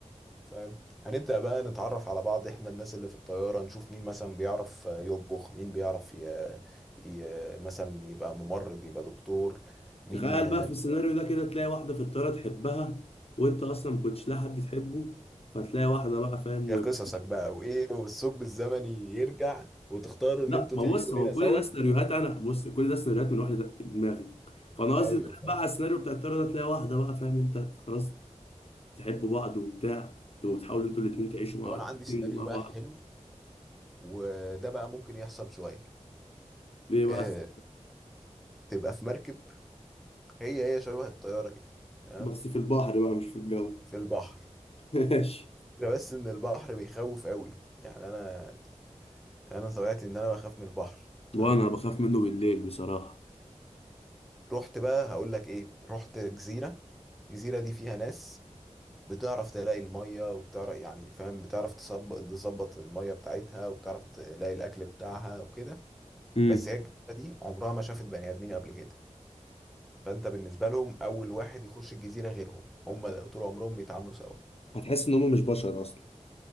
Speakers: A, in the centre; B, on the left.
A: فاهم هنبدأ بقى نتعرف على بعض احنا الناس اللي في الطيارة نشوف مين مثلا بيعرف آه، يطبخ مين بيعرف ي... ي... مثلا يبقى ممرض يبقى دكتور مين
B: تخيل بقى في السيناريو ده كده تلاقي واحده في الطياره تحبها وانت اصلا ما كنتش لاقي حد تحبه فتلاقي واحده بقى فاهم
A: يا
B: ويبقى
A: قصصك بقى وايه والثقب الزمني يرجع وتختاروا ان
B: لا
A: انتوا
B: ما
A: تعيشوا
B: بص ما
A: هنا
B: هو
A: سوا
B: كل ده سيناريوهات انا بص كل ده سيناريوهات من واحده دماغي فانا قصدي
A: ايوه
B: تخيل
A: فاهم
B: بقى على السيناريو بتاع الطياره ده تلاقي واحده بقى فاهم انت خلاص تحبوا بعض وبتاع تبقوا بتحاولوا انتوا الاثنين تعيشوا مع
A: طب انا
B: الاتنين
A: عندي سيناريو
B: مع
A: بقى
B: بعض
A: حلو وده بقى ممكن يحصل شويه
B: ليه بس
A: اه تبقى في مركب هي هي شبه الطياره كده تمام
B: بس في البحر بقى مش في الجو
A: في البحر
B: <laughs> ماشي
A: الفكرة بس ان البحر بيخوف قوي يعني انا انا طبيعتي ان انا بخاف من البحر
B: وانا
A: تمام
B: بخاف منه بالليل بصراحه
A: رحت بقى هقول لك ايه رحت جزيره الجزيره دي فيها ناس بتعرف تلاقي المية وبتعرف يعني فاهم بتعرف تصب- تظبط المية بتاعتها وبتعرف تلاقي الأكل بتاعها وكده
B: امم
A: بس هي الجزيرة دي عمرها ما شافت بني آدمين قبل كده فأنت بالنسبة لهم أول واحد يخش الجزيرة غيرهم هم طول عمرهم بيتعاملوا سوا
B: هتحس ان هم مش بشر اصلا